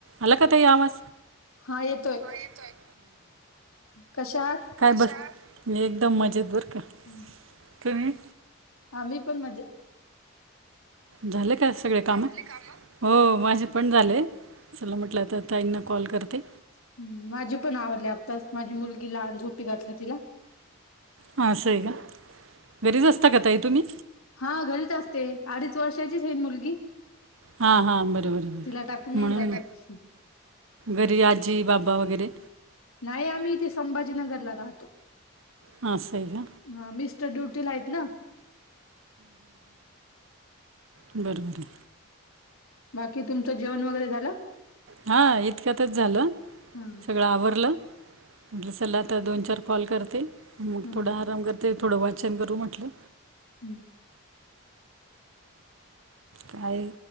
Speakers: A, on the right (about 70°); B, on the left (about 80°).
A: आला का ताई आवाज
B: हा येतोय
A: हा येतोय.
B: कशा आहात.
A: काय बस मी एकदम मजेत बर का
B: हम्म.
A: कही.
B: आम्ही पण माझ्या.
A: झालं काय सगळे काम. हो माझे पण झालं चला म्हटलं तर ताईंना कॉल करते.
B: ह् माझी पण आवडली आत्ताच माझी मुलगी लहान झोपी घातली तिला.
A: हा असं आहे का घरीच असता का तई तुम्ही.
B: हा घरीच असते अडीच वर्षाचीच आहेन मुलगी.
A: हा हा बरो बर बर
B: तिला टाकून नाही
A: म्हणून.
B: जाता येत.
A: घरी आजी बाबा वगैरे.
B: नाही आम्ही इथे संभाजीनगरला राहतो.
A: हां असं आहे का
B: हा मिस्टर ड्युटीला आहेत ना.
A: बरंबर आहे.
B: बाकी तुमचं जेवण वगैरे झालं.
A: हा इतक्यातच झालं
B: हा
A: सगळं आवरलं म्हटलं सलात. आता दोन चार कॉल करते मग
B: हम्म
A: थोडं आराम करते थोडं वाचन करू म्हटलं.
B: हम्म.
A: काय.